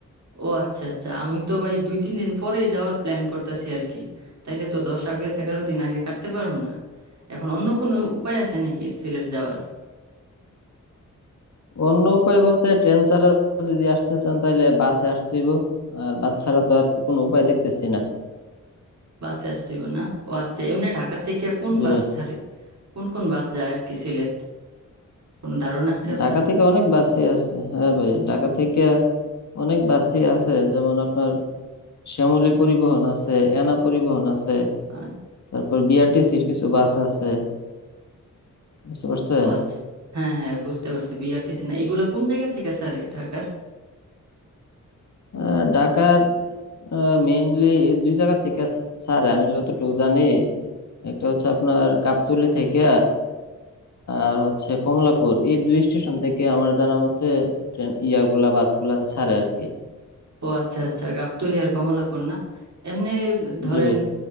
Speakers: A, on the right; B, on the left.
A: ও আচ্ছা আচ্ছা আমি তো ভাই দুই তিন দিন পরে যাওয়ার প্ল্যান করতেছি আর কি তাইলে তো দশ আগে এগারো দিন আগে কাটতে পারবো না এখন অন্য কোনো উপায় আছে নাকি সিলেট যাওয়ার
B: অন্য উপায় বলতে ট্রেন ছাড়া যদি আসতে চান তাহলে বাসে আসতে হইব আর বাস ছাড়া তো আর কোনো উপায় দেখতেছি না
A: বাসে আসতে হবে না ও আচ্ছা এমনি ঢাকা থেকে কোন
B: জি
A: বাস
B: ভাই
A: ছাড়ে কোন কোন বাস যায় আর কি সিলেট কোনো ধারণা আছে আপনার
B: ঢাকা থেকে অনেক বাসই আছে হ্যাঁ ভাই ঢাকা থেকে অনেক বাসই আছে যেমন আপনার শ্যামলী পরিবহন আছে এনা পরিবহন আছে
A: আর
B: তারপর বিআরটিসির কিছু বাস আছে বুঝতে পারছেন
A: ও আচ্ছা হ্যাঁ হ্যাঁ বুঝতে পারছি বিআরটিসি না এগুলা কোন জায়গা থেকে ছাড়ে ঢাকার
B: আহ, ঢাকার মেইনলি দুই জায়গা থেকে স্যার আমি যতটুকু জানি একটা হচ্ছে আপনার গাবতলী থেকে আর হচ্ছে কমলাপুর এই দুই স্টেশন থেকে আমার জানা মতে ট্রেন ইয়াগুলা বাসগুলা ছাড়ে আর কি
A: ও আচ্ছা আচ্ছা গাবতলী আর কমলাপুর না এমনি ধরেন
B: জি ভাই